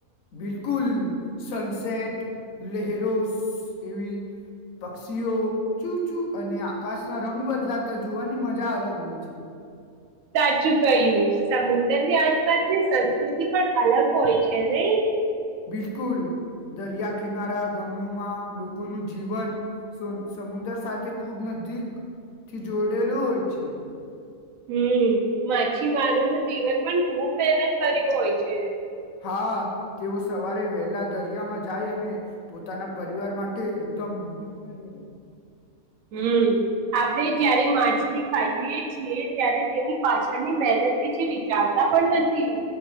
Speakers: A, on the left (about 70°); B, on the right (about 70°).
A: બિલકુલ સનસેટ લહેરો એવી પક્ષીઓ ચૂ ચુ અને આકાશ ના રંગ બદલાતા જોવાની મજા અલગ હોય છે.
B: સાચું કહ્યું સમુદરની આસપાસની સંસ્કૃતિ પણ અલગ હોય છે નહી.
A: બિલકુલ દરિયા કિનારા ગમોમાં લોકોનું જીવન સમુદ્ર સાથે ખુબ નજીક થી જોડેલું હોય છે.
B: હમ માછીમારુંનું જીવન પણ ખુબ મહેનત કરર્યું હોય છે.
A: હા તેઓ સવારે વહેલા દરિયામાં જાય અને પોતાના પરિવાર માટે એકદમ મહેનત કરે.
B: હમ્મ આપડે જયારે માછલી ખાઈએ છીએ ત્યારે તેની પાછળની મહેનત વિશે વિચારતા પણ નથી.